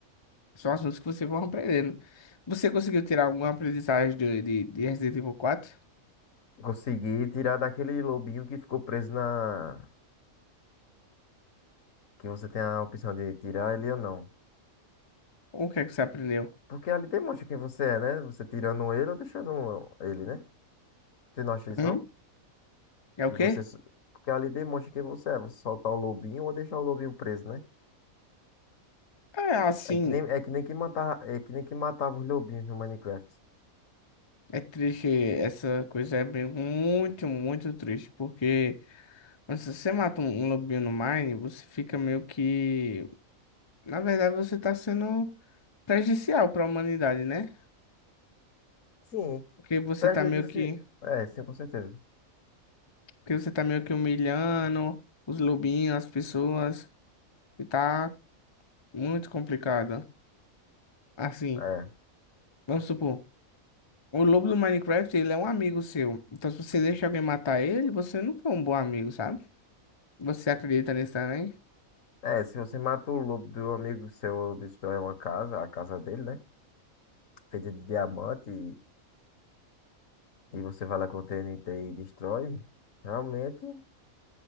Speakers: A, on the left; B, on the left.
A: São assuntos que você vai aprendendo. Você conseguiu tirar alguma aprendizagem de, de, de Resident Evil quatro?
B: Consegui tirar daquele lobinho que ficou preso na, Que você tem a opção de tirar ele ou não.
A: Ou o que é que você aprendeu?
B: Porque ali demonstra quem você é, né? Você tirando ele ou deixando ele, né? Você não acha isso,
A: Hum?
B: não?
A: É
B: E
A: o
B: você.
A: quê?
B: s- Porque ali demonstra quem você é. Você soltar o lobinho ou deixar o lobinho preso, né?
A: É assim,
B: É que nem, é que nem que matava, é que nem que matava os lobinhos no Minecraft.
A: é triste, essa coisa é bem- muito, muito triste, porque quando você mata um, um lobinho no Mine, você fica meio que. Na verdade, você tá sendo prejudicial para a humanidade, né?
B: Sim,
A: Porque você
B: prejudício.
A: tá meio que.
B: É, sim, com certeza.
A: Porque você tá meio que humilhando os lobinhos, as pessoas, e tá muito complicado. Assim.
B: É.
A: Vamos supor, o lobo do Minecraft, ele é um amigo seu. Então, se você deixa alguém matar ele, você não foi um bom amigo, sabe? Você acredita nisso também?
B: É, se você mata o lobo do amigo seu ou destrói uma casa, a casa dele, né? Feita de diamante e, e você vai lá com o TNT e destrói, realmente.